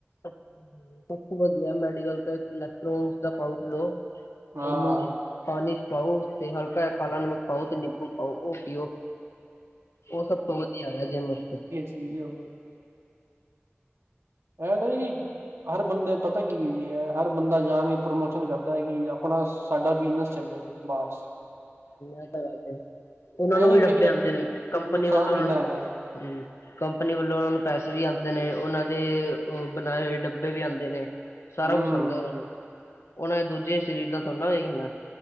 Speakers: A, on the left (about 85°); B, on the right (about 85°).
A: ਸਭ ਵਧੀਆ ਐ ਮੈਡੀਕਲ ਤੋਂ ਇਲੈਕਟ੍ਰੋ ਦਾ ਪਾਉਚ ਲੋ।
B: ਹਾਂ।
A: ਔਨੂ। ਪਾਣੀ ਚ ਪਾਓ ਤੇ ਹਲਕਾ ਜਾ ਕਾਲਾ ਨਮਕ ਪਾਓ ਤੇ ਨਿੰਬੂ ਪਾਓ ਤੇ ਔ ਪਿਓ। ਓ ਸਭ ਤੋਂ ਵਧੀਆ ਹੈਗਾ ਜਿਮ ਵਾਸਤੇ।
B: ਵੀਡੀਓ। ਐ ਤਾਂ ਜੀ ਹਰ ਬੰਦੇ ਪਤਾ ਕੀ ਐ ਜੀ ਐ ਹਰ ਬੰਦਾ ਜਾਣ ਕੇ ਪ੍ਰਮੋਸ਼ਨ ਕਰਦਾ ਐ ਕਿ ਅਪਣਾ ਸਾਡਾ ਬਿਜਨਸ ਚੱਲੇ। ਬਾਸ।
A: ਐ ਤਾਂ ਗੱਲ ਸਹੀ ਏ। ਓਨਾਂ
B: ਇਹ
A: ਨੂੰ
B: ਨੀ
A: ਵੀ
B: ਵੇਖਦਾ
A: ਡੱਬੇ ਆਂਦੇ
B: ਕਿ
A: ਨੇ ਕੰਪਨੀ
B: ਨੁਕਸਾਨ
A: ਵੱਲੋਂ
B: ਕਿੰਨਾ
A: ਔਨਾ ਨੂੰ
B: ਹੈਗਾ
A: ਹੁਂ। ਕੰਪਨੀ ਵੱਲੋਂ ਓਨਾਂ ਨੂੰ ਪੈਸੇ ਵੀ ਆਂਦੇ ਨੇ। ਓਨਾਂ ਦੇ ਬਣਾਏ ਹੋਏ ਡੱਬੇ ਵੀ ਆਂਦੇ ਨੇ। ਸਾਰਾ
B: ਹੂੰ
A: ਕੁਛ ਆਂਦਾ ਓਨਾਂ ਨੂੰ। ਔਨਾਂ ਨੇ ਦੂਜੇ ਸ਼ਰੀਰ ਦਾ ਥੋੜਨਾ ਵੇਖਨਾ।